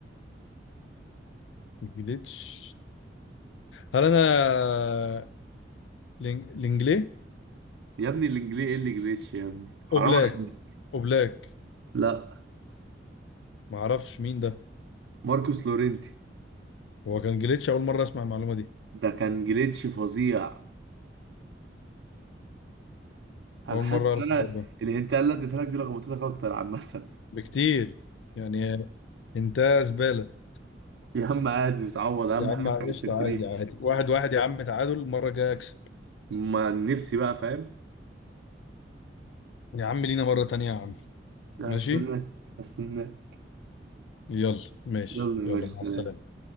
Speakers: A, on the left; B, on the right.
A: جليتش هل انا لينج- لينجلي
B: يا ابني الانجليزي ايه اللي جليتش يا ابني حرام
A: اوبلاك
B: عليك
A: اوبلاك
B: لا
A: ما اعرفش مين ده
B: ماركوس لورينتي
A: هو كان جليتش اول مره اسمع المعلومه دي
B: ده كان جليتش فظيع انا
A: اول
B: حاسس
A: مره اعرف
B: ان انا
A: الحوار ده
B: الهنتايه اللي اديتها لك دي لخبطتك اكتر عامه <laughs>
A: بكتير يعني انت زباله
B: يا عم عادي تتعوض اهم
A: يا
B: حاجه
A: عم
B: انت
A: قشطه
B: ما تسيبتنيش
A: عادي عادي واحد واحد يا عم تعادل المره الجايه اكسب
B: ما نفسي بقى فاهم
A: يا عم لينا مره تانية يا عم
B: لا
A: ماشي
B: هستناك هستناك
A: يلا ماشي
B: يلا يا
A: يلا
B: باشا
A: مع
B: سلام
A: السلامة